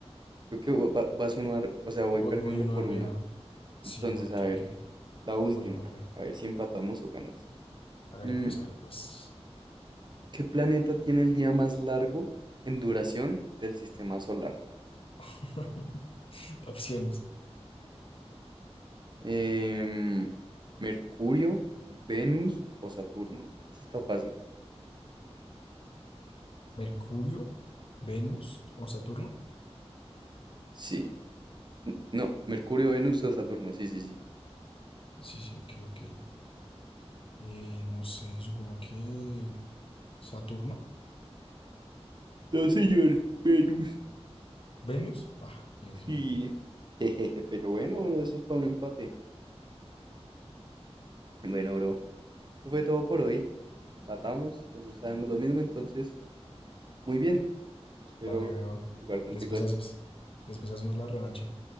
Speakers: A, on the right; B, on the left.
A: Creo que va- va- vas uno, ar- o sea, voy
B: Voy,
A: perdiendo
B: voy uno
A: por
B: arriba.
A: una.
B: Sí,
A: Entonces,
B: voy-
A: a
B: creo
A: ver,
B: que
A: la última.
B: voy uno arriba.
A: A ver si empatamos o ganas.
B: Hágale
A: Mm,
B: pues, hágale pues.
A: ¿qué planeta tiene el día más largo en duración del sistema solar?
B: <laughs> Opciones.
A: Em, ¿Mercurio, Venus o Saturno? Eso está fácil.
B: Mercurio, Venus o Saturno.
A: Sí. N- No, Mercurio, Venus o Saturno. Sí, sí, sí.
B: Sí, sí, ok, ok. Eh, no sé, supongo que Saturno.
A: No, señor, Venus.
B: Venus. Ah, Dios
A: Sí.
B: mío.
A: <laughs> Jejeje, pero bueno, bro, eso es para un empate. Bueno, bro, eso fue todo por hoy. Empatamos, los dos sabemos lo mismo, entonces, muy bien. Espero
B: Dale, bro.
A: jugar contigo
B: Después
A: después.
B: haces, después hacemos la revancha.